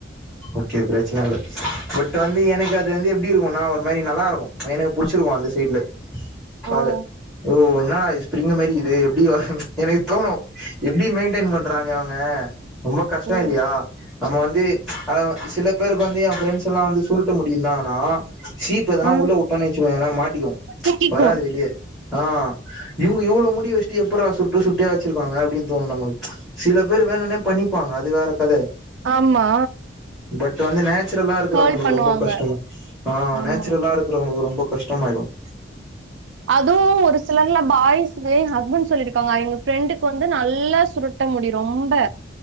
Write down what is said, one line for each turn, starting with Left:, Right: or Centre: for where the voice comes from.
Centre: ஓகே பிரச்சன இல்ல பட் வந்து எனக்கு அது வந்து எப்டி இருக்குன்னா ஒரு மாரி நல்லா இருக்கும் எனக்கு புடிச்சிருக்கும் அந்த ஸ்டைல்லு
Right: ஓ
Centre: அது ஓ என்னாடா ஸ்பிரிங் மாரிக்குது எப்டி வரும் எனக்கு தோணும் எப்டி மெயின்டென் பண்றாங்க அவங்க ரொம்ப கஷ்டோ
Right: ஓ
Centre: இல்லையா நம்ம வந்து அத சில பேருக்கு வந்து ஏ பிரரெண்ட்ஸ்ல்லா வந்து சுருட்ட முடி இருந்தாங்கன்னா சீப்ப எதனா
Right: ஆ
Centre: உள்ள விட்டோன்னு வெச்சுங்கன்னா மாட்டிக்கும்
Right: சிக்கிக்கு
Centre: வராது வெளியே ஆ இவங்க இவ்வள முடி வச்சிட்டு எப்புறா சுர்ட்ட சுர்ட்டியா வச்சிருக்காங்க அப்டின்னு தோணும் நம்மளுக்கு சில பேர் வேணும்னே பண்ணிப்பாங்க அது வேற கத
Right: ஆமா
Centre: பட் வந்து நேச்சுரலா இருக்கறவங்களுக்கு
Right: கேர்ள் பண்ணுவாங்க
Centre: ரொம்ப கஷ்டோ ஆ
Right: ஆமா
Centre: நேச்சுரலா இருக்கறவங்களுக்கு ரொம்ப கஷ் டோமாயிரும்
Right: அதுவும் ஒரு சிலர்ல்லா பாய்ஸ் ஏ ஹஸ்பண்ட் சொல்லிருக்காங்க எங்க ஃப்ரெண்டுக்கு வந்து நல்லா சுருட்ட முடி ரொம்ப